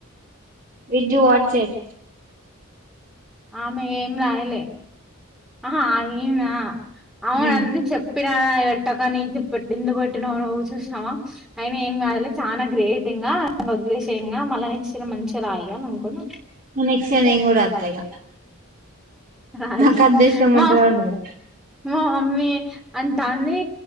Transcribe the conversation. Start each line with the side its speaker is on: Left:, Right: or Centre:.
Right: విజూ అల్ ఫెయిల్
Centre: ఆమె ఏం రాయలే ఆా ఏయినా అవును
Right: మ్.
Centre: అందని చెప్పి ఎట్టక నీ ఎందుకు పెట్టినవు నువ్వు చూసినవా అయిన ఏం కాదులే చాలా గ్రేట్ ఇంకా గా ఇంకా వదిలేశయంగా నెక్స్ట్ సేమ్ మంచిగా రాయి అని అనుకుని
Right: నెక్స్ట్ సారి నేను కూడా రాత ఇగ
Centre: రయి
Right: నాకు అదృష్టం
Centre: మా
Right: ఉంటదో ఉండదో
Centre: మా మమ్మీ అంటది